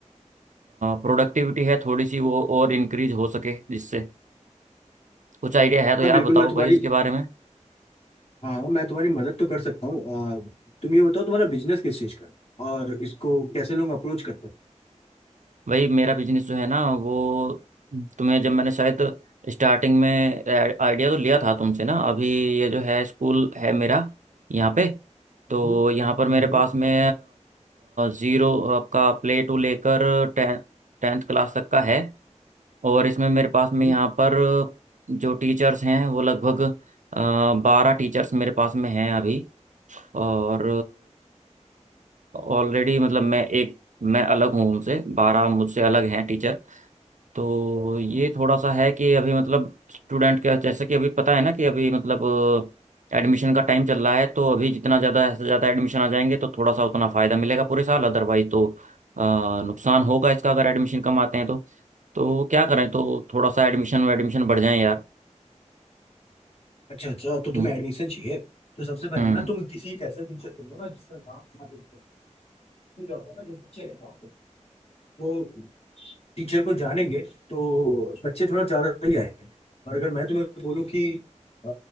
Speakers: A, on the right (about 80°); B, on the left (about 55°).
A: प्रोडक्टिविटी है थोड़ी सी वो और इंक्रीज हो सके जिससे कुछ आइडिया है तो
B: हाँ
A: यार
B: बिल्कुल
A: बताओ
B: मैं तुम्हारी
A: भाई इसके बारे में
B: हाँ हाँ, मैं तुम्हारी मदद तो कर सकता हूँ आ, तुम ये बताओ तुम्हारा बिजनेस किस चीज़ का है और इसको कैसे लोग अप्रोच करते हैं
A: भाई मेरा बिजनेस जो है ना वो तुम्हें जब मैंने शायद स्टार्टिंग में आइडिया तो लिया था तुमसे ना अभी ये जो है स्कूल है मेरा यहाँ पे तो
B: हम्म
A: यहाँ पर मेरे
B: हम्म
A: पास में ज़ीरो आपका प्ले टू लेकर टें टेंथ क्लास तक का है और इसमें मेरे पास में
B: हम्म।
A: यहाँ पर जो टीचर्स हैं वो लगभग बारह टीचर्स मेरे पास में हैं अभी और ऑलरेडी मतलब मैं एक मैं अलग हूँ उनसे बारह मुझसे अलग हैं टीचर तो ये थोड़ा सा है कि अभी मतलब स्टूडेंट का जैसे कि अभी पता है ना कि अभी मतलब एडमिशन का टाइम चल रहा है तो अभी जितना ज़्यादा से ज़्यादा एडमिशन आ जाएंगे तो थोड़ा सा उतना फ़ायदा मिलेगा पूरे साल अदरवाइज तो अ, नुकसान होगा इसका अगर एडमिशन कम आते हैं तो तो क्या करें तो थोड़ा सा एडमिशन एडमिशन बढ़ जाए यार
B: अच्छा अच्छा तो तुम्हें
A: हम्म
B: एडमिशन चाहिए तो सबसे पहले
A: हम्म
B: ना तुम किसी एक ऐसे टीचर को ना जिसका नाम तुम्हारे ऊपर है। उसमें क्या होता है ना जो बच्चे हैं ना, वो टीचर को जानेंगे तो बच्चे थोड़ा ज्यादा ही आएंगे और अगर मैं तुम्हें बोलूँ कि अ,